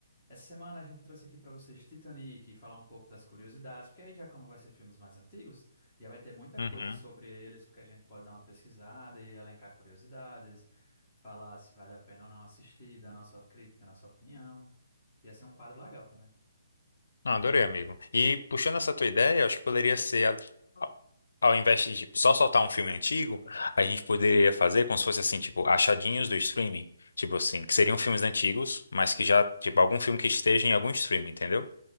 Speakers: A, in the centre; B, on the left (about 80°).
A: Essa semana a gente trouxe aqui para vocês Titanic e falar um pouco das curiosidades, porque aí já como vai ser filmes mais antigos, já vai ter muita
B: Uhum.
A: coisa sobre eles, porque a gente pode dar uma pesquisada e elencar curiosidades, falar se vale a pena ou não assistir, dar nossa crítica, nossa opinião. Ia ser um quadro legal também.
B: Não, adorei, amigo. E puxando essa tua ideia, eu acho que poderia ser. a- Ao ao invés de tipo, só soltar um filme antigo, a gente poderia fazer como se fosse assim, tipo, achadinhos do streaming. Tipo assim, que seriam filmes antigos, mas que já, tipo, algum filme que esteja em algum streaming, entendeu?